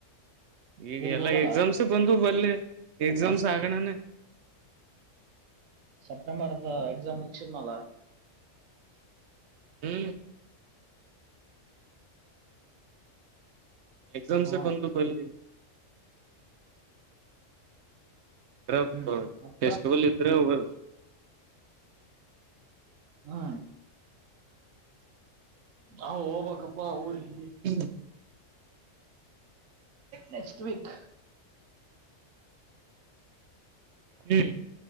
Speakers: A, on the right (about 65°); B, on the right (about 80°).
A: ಈಗ
B: ಊರಿಗೆ
A: ಎಲ್ಲಾ
B: ಹೋಗಲ್ಲ
A: ಎಕ್ಸಾಮ್ಸ ಬಂದ್ರ್ ಬರ್ಲಿ ಎಕ್ಸಾಮ್ಸ್ ಆಗಣನೇ.
B: ಸಪ್ಟೆಂಬರ್ ಗ ಎಕ್ಸಾಮ ಮುಗಶಿದ್ನಲ.
A: ಹೇ. ಎಕ್ಸಾಮ್ಸ್
B: ಹಾ
A: ಬಂದ್ರ್ ಬರ್ಲಿ ಕರೆಕ್ಟ್
B: ಹ್ಮ್ ಮತ್ತ
A: ಫೆಸ್ಟಿವಲ್ ಇದ್ರೆ ಹೋಗಣ
B: ಹಾ ಹ ಹೋಗ್ಬಕಪ್ಪಾ ಊರಿಗೆ.
A: ಹ್ಮ
B: ನೆಕ್ಸ್ಟ್ ವೀಕ್
A: ಹ್ಮ್